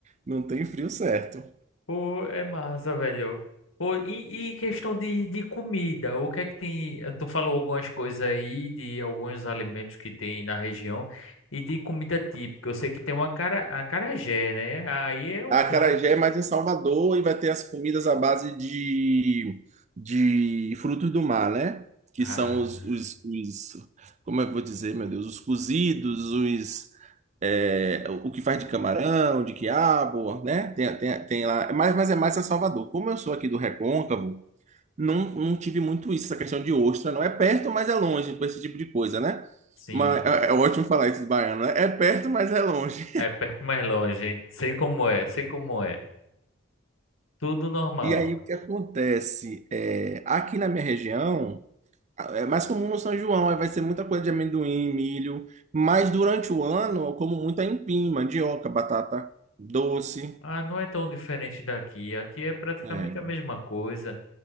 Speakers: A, on the right; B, on the left.
A: Não tem frio certo.
B: Pô, é massa, velho. Pô, e, e questão de, de comida, o que é que tem? eh, Tu falou algumas coisas aí de alguns alimentos que tem na região e de comida típica. Eu sei que tem uma cara, acarajé, né? Aí é o
A: A
B: claro.
A: Acarajé é mais em Salvador e vai ter as comidas à base de, de frutos do mar, né? Que
B: Ah,
A: são os, os, os- como é que eu vou dizer, meu Deus, os cozidos, os é, o que faz de camarão, de quiabo, né? Tem, tem, tem lá, mas, mas é mais a Salvador. Como eu sou aqui do Recôncavo, não, não tive muito isso, essa questão de ostra, não é perto, mas é longe, com esse tipo de coisa, né?
B: sim.
A: Mas é é ótimo falar isso de baiano, né? É perto, mas é longe.
B: É perto mais longe, hein? Sei como é, sei como é. Tudo normal.
A: E aí o que acontece? É, aqui na minha região, é mais comum no São João, aí vai ser muita coisa de amendoim, milho, mas durante o ano eu como muita empim, mandioca, batata doce,
B: Ah, não é tão diferente daqui. Aqui é praticamente
A: é,
B: a mesma coisa.